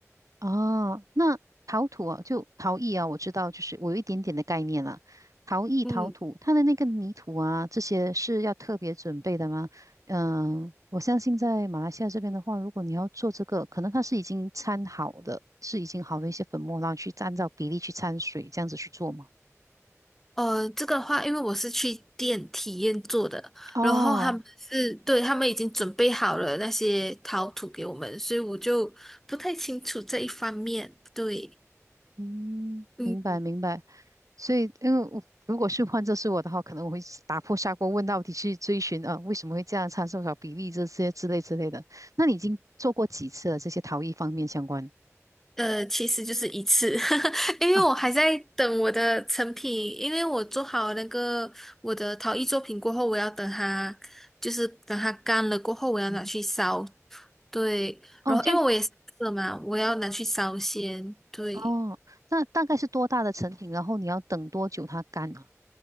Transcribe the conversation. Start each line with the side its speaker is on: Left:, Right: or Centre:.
Right: 哦，那陶土啊，就陶艺啊，我知道，就是我有一点点的概念了。陶艺、
Centre: 嗯，
Right: 陶土，它的那个泥土啊，这些是要特别准备的吗？嗯、我相信在马来西亚这边的话，如果你要做这个，可能它是已经掺好的，是已经好的一些粉末，然后去按照比例去掺水，这样子去做吗？
Centre: 呃，这个的话，因为我是去店体验做的，
Right: 哦，
Centre: 然后他哦们是，对，他们已经准备好了那些陶土给我们，所以我就不太清楚这一方面。对，
Right: 嗯，
Centre: 嗯，
Right: 明白明白。所以，因为我如果是换作是我的话，可能我会是打破砂锅问到底去追寻啊，为什么会这样，参数少比例这些之类之类的。那你已经做过几次了？这些陶艺方面相关？
Centre: 呃，其实就是一次，<laughs> 因为我还在等我的成品，
Right: 啊，
Centre: 因为我做好那个我的陶艺作品过后，我要等它，就是等它干了过后，我要拿去烧。
Right: 嗯
Centre: 对，
Right: 哦，
Centre: 然后因为我也是嘛，
Right: 这样
Centre: 我要拿去烧先。对。
Right: 哦，那大概是多大的成品？然后你要等多久它干啊？